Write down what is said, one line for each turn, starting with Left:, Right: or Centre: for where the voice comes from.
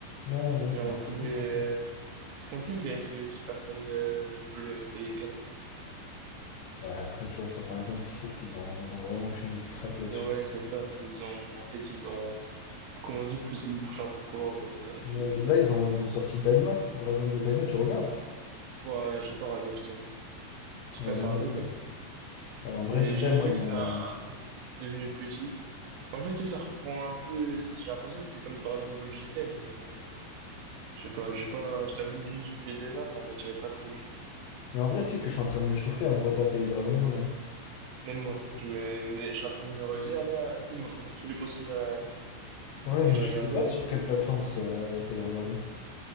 Left: Ouais, ouais,
Right: Genre,
Left: je me rappelle
Right: il pouvait.
Left: plus trop.
Right: euh, C'est contre lui qu'il avait fait le Super Saiyan euh, bleu Kaioken. là.
Left: Ouais, après, tu vois, ça par exemple, je trouve qu'ils ont, ils ont vraiment fumé du crack
Right: C'est,
Left: là-dessus.
Right: ouais, c'est ça, c'est, ils ont. En fait, ils ont, comment on dit, poussé le bouchon un peu trop loin, quoi. Ils auraient pu.
Left: Ouais, mais là, ils ont, ils ont sorti Daima, Dragon Ball Daima, tu regardes?
Right: Ouais, j'ai pas radé, je t'avoue. Je sais
Left: Ouais,
Right: pas,
Left: moi
Right: ça a
Left: non
Right: radé,
Left: plus.
Right: toi?
Left: Ouais, en
Right: C'est
Left: vrai de vrai,
Right: j'ai juste
Left: moi,
Right: vu
Left: ils
Right: que
Left: m'ont.
Right: c'est un, un Goku qui était devenu petit. En fait, tu sais, ça reprend un peu. J'ai l'impression que c'est comme Dragon Ball GT, mais. Je sais pas, j'ai pas, je t'avoue, juste vu les dessins, ça m'attirait pas trop, genre.
Left: Mais en vrai, tu sais que je suis en train de me chauffer à me retaper les Dragon Ball. hein.
Right: Même moi, je me, je suis en train de me redire là, tu sais, de me retaper tous les bons souvenirs euh,
Left: Ouais,
Right: que
Left: mais
Right: j'ai
Left: je
Right: regardés.
Left: sais pas
Right: et-
Left: sur quelle plateforme ça... on peut les regarder.